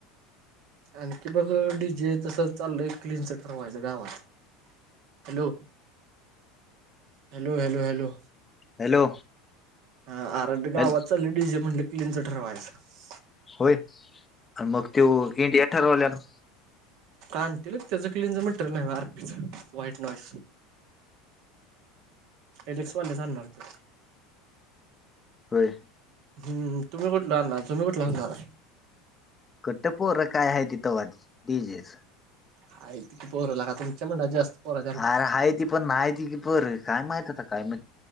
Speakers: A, on the right (about 60°); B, on the left (about 25°).
A: आणखी बघ डी जे तस चालय क्लनचट रमायचं गावात hello hello hello hello
B: hello
A: हा आर मी गावाच
B: हॅल
A: डीजे च म्हणलं क्लीनच ठरवायचं
B: होय आणि मग त इंडिया ठरवल्याला
A: काांतील त्याच क्लीनच म्हण नाही आरपीच व्हाईट नॉस
B: म
A: एलेक्सवाला जा आणणार त
B: होय
A: हम् तुम्ही कुठला रा आणणार तुम्ही कुठला आणणार
B: कट्ट पोर काय आहे तिथं वा जेस
A: ह त की पोरंला का तुमच्या म्हनात जास्त पोराच्या
B: अरे आहेती पण नाहीती की प काय माहती आता काय माह